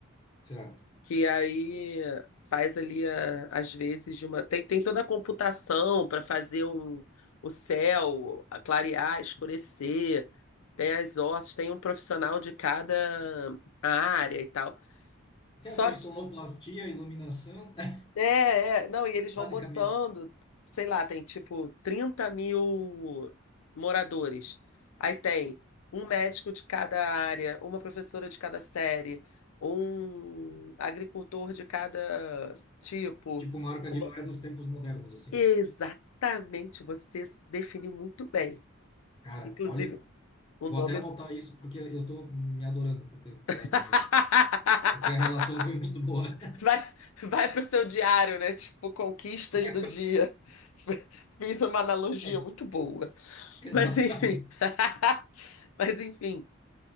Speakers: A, on the left (about 25°); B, on the left (about 85°).
A: Certo.
B: que aí faz ali a- às vezes de uma tem, tem toda a computação para fazer um o céu a clarear, escurecer, tem as hortas, tem um profissional de cada área e tal. Só
A: Tem tem sonoplastia, iluminação, <laughs>
B: é, é, não, e eles
A: basicamente.
B: vão botando, sei lá, tem tipo 30 mil moradores. Aí tem um médico de cada área, uma professora de cada série, um agricultor de cada tipo.
A: Tipo marca
B: uma-
A: de Noé dos tempos modernos, assim.
B: Exatamente, você definiu muito bem.
A: Cara,
B: Inclusive,
A: olha,
B: o
A: vou
B: nome.
A: até anotar isso porque eu tô me adorando por ter
B: <laughs>
A: falado desse negócio. Porque a relação foi muito boa.
B: Vai, vai pro seu diário, né? Tipo, conquistas
A: <laughs>
B: do dia. <laughs> F- Fiz uma analogia
A: É.
B: muito boa.
A: Exatamente.
B: Mas enfim. <laughs> Mas enfim.